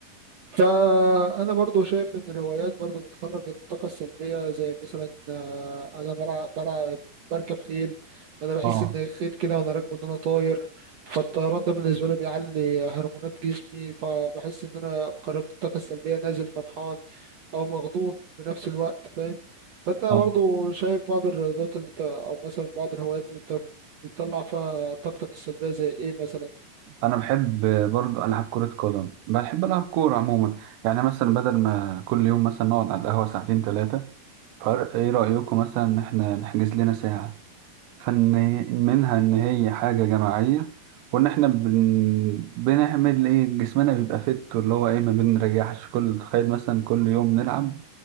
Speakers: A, on the right (about 55°); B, on the right (about 80°).
A: فأنا برضو شايف إن الهوايات برضو بتخرج الطاقة السلبية زي مثلا آه، أنا بلعب بلعب بركب خيل أنا بحس
B: اه
A: إن الخيل كده وأنا راكبه إن أنا طاير فالطيران ده بالنسبة لي بيعلي هرمونات جسمي فبحس إن أنا خرجت الطاقة السلبية نازل فرحان أو مغضوض بنفس الوقت فاهم فأنت برضو
B: اه
A: شايف بعض الرياضات اللي أنت أو مثلا بعض الهوايات اللي أنت بتطلع فيها طاقتك السلبية زي إيه مثلا؟
B: انا بحب آه، برضو العب كره قدم بحب العب كوره عموما يعني مثلا بدل ما كل يوم مثلا نقعد على القهوه ساعتين ثلاثه فرق ايه رايكم مثلا ان احنا نحجز لنا ساعه فإن منها إن هي حاجة جماعية وإن إحنا بن... بنعمل إيه جسمنا بيبقى فت اللي هو إيه ما بنريحش كل تخيل مثلا كل يوم نلعب